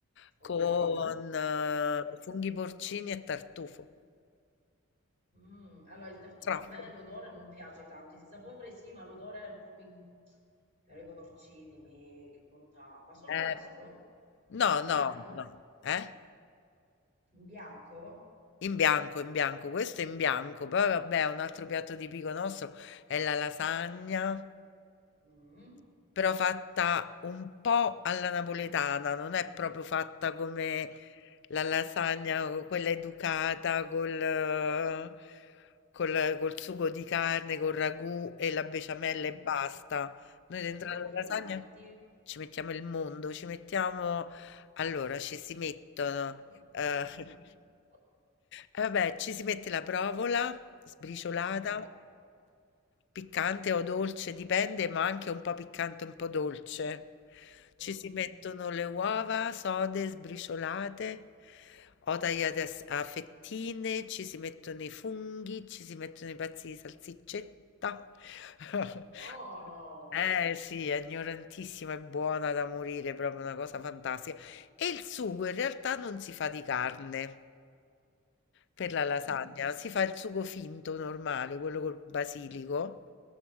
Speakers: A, on the left (about 55°); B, on the right (about 40°).
A: Mhm.
B: Ok.
A: con eh, funghi porcini e tartufo.
B: Mm, allora, il tartufo
A: Truffoli.
B: a me l'odore non piace tanto, il sapore sì, ma l'odore è un po' mi... per i porcini, mi... che bontà. Ma solo
A: Eh,
B: questo?
A: no,
B: In
A: no,
B: bianco?
A: no, eh?
B: In bianco?
A: In bianco, in bianco, questo è in bianco, poi vabbè, un altro piatto tipico nostro è la lasagna.
B: Mm,
A: Però fatta un po' alla napoletana, non è proprio fatta come la lasagna, o quella educata col, col, col sugo di carne, col ragù e la besciamella
B: mm.
A: e basta. Noi dentro
B: E che
A: la
B: altro
A: lasagna
B: gli metti?
A: ci mettiamo il mondo, ci mettiamo allora ci si mettono,
B: <laughs>
A: ehm
B: Il mondo.
A: Mh. e <laughs> vabbè, ci si mette la provola sbriciolata,
B: Ok.
A: piccante o dolce, dipende, ma anche un po' piccante, un po' dolce. Ci
B: Mm.
A: si mettono le uova sode, sbriciolate o tagliate a s a fettine, ci si mettono i funghi, ci si mettono i pezzi di salsiccetta. <laughs>
B: Buono.
A: Eh sì, è ignorantissima e buona da morire, proprio una cosa fantastica. E il sugo in realtà non si fa di carne per la lasagna,
B: Mm.
A: si fa il sugo finto normale, quello col basilico,